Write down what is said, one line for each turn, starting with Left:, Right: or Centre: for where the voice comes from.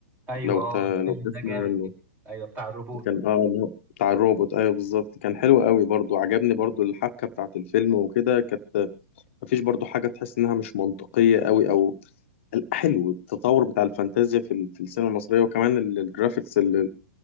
Right: ايوه
Left: لو
Right: اه
Left: ت...
Right: الفيلم
Left: لو تسمع
Right: ده جامد
Left: عنه
Right: كده ايوه بتاع الروبوت
Left: كان اه إن هو بتاع الروبوت ايوه بالظبط كان حلو قوي برضو عجبني برضو الحبكة بتاعت الفيلم وكده كانت مفيش برضو حاجة تحس إنها مش منطقية قوي أو ال- حلو التطور بتاع الفانتازيا في ال- في السينما المصرية وكمان ال- الجرافيكس اللي,